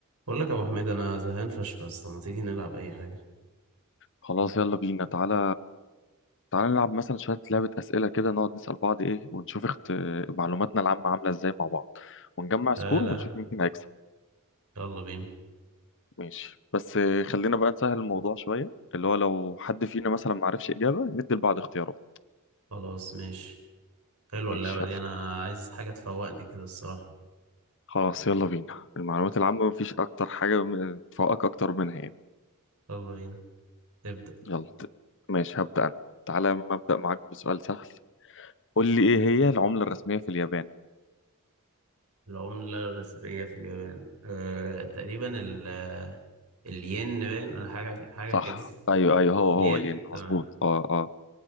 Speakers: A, on the right; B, on the left.
A: بقول لك يا ابو حميد انا زهقان فشخ يا اسطى ما تيجي نلعب اي حاجه
B: خلاص يلا بينا تعالى تعالى نلعب مثلا شوية لعبة أسئلة كده نقعد نسأل بعض إيه ونشوف اخت... معلوماتنا العامة عاملة إزاي مع بعض ونجمع سكور
A: لا لا
B: ونشوف
A: يا عم.
B: مين فينا هيكسب
A: يلا بينا
B: ماشي بس خلينا بقى نسهل الموضوع شوية اللي هو لو حد فينا مثلا معرفش إجابة ندي لبعض اختيارات
A: خلاص ماشي حلوه
B: ماشي
A: اللعبه دي
B: يلا
A: انا عايز حاجه تفوقني كده الصراحه
B: خلاص يلا بينا المعلومات العامة مفيش أكتر حاجة م- تفوقك أكتر منها يعني
A: يلا بينا ابدا
B: يلا ت- ماشي هبدأ أنا تعالى أما أبدأ معاك بسؤال سهل قول لي إيه هي العملة الرسمية في اليابان
A: العمله الرسميه في اليابان أه تقريبا ال آه، الين باين ولا حاجه حاجه
B: صح
A: كده <laughs>
B: ايوه ايوه هو هو
A: الين
B: لين
A: تمام
B: مظبوط اه اه